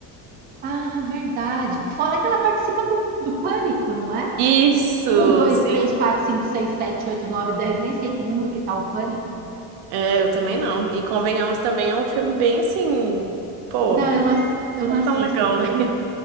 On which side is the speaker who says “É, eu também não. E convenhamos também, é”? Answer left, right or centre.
Right